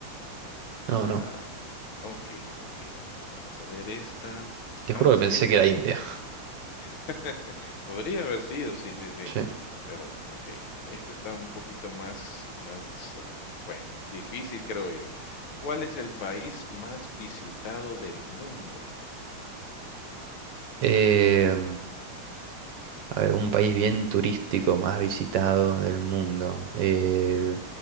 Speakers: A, on the right (about 65°); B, on the left (about 75°).
A: No, no.
B: Ah, ok, ok. Vamos a ver esta.
A: Te
B: Ah,
A: juro que
B: sí,
A: pensé
B: esta
A: que era
B: es
A: India.
B: <laughs> Podría haber sido, sí, sí, sí.
A: Sí.
B: Pero, okey. Esta está un poquito más más, ah, bueno, difícil, creo yo. ¿Cuál es el país más visitado del mundo?
A: Em, a ver, un país bien turístico más visitado del mundo. Eh,
B: Mm,